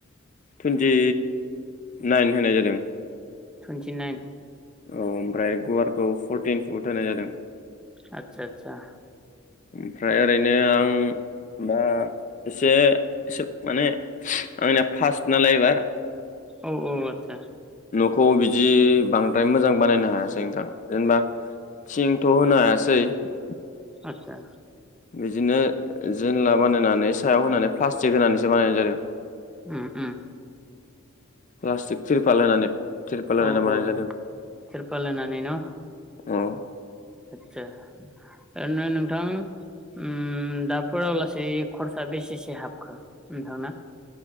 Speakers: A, on the left; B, in the centre.
A: टुइन्टि नाइन होनाय जादों।
B: टुवन्टि नाइन
A: औ ओमफ्राय गुवारखौ फरटिन फुट होनाय जादों
B: आचसा आतसा
A: ओमफ्राय ओरैनो आं दा एसे माने आंनिया फार्स्ट नालाय एबार
B: औ औ आतसा
A: खौ बिदि बांद्राय मोजां बानायनो हायासै नोंथाङा जेनेबा थिंथ' होनो हायासै दैै
B: आतसा
A: बिदिनो जोनला बानायनानै सायाव होनानै प्लास्टिक होनानैसो बानायनाय जादों।
B: होम ओ
A: प्लास्टिक तिरपाल होनानै तिरपाल होनानै
B: औ
A: बानायानाय
B: औ
A: जादों
B: तिरपाल होनानै न'
A: औ
B: आदसा ओरैनो नोंथां उम दाफोरलासे खरसा बेसेसो हाबखो नोंथांना?